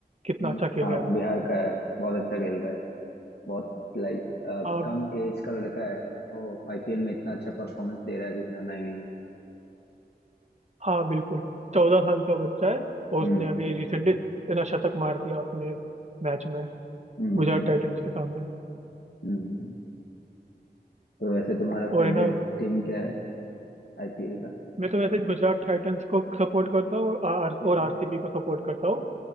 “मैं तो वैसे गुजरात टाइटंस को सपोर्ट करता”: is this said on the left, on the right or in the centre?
Right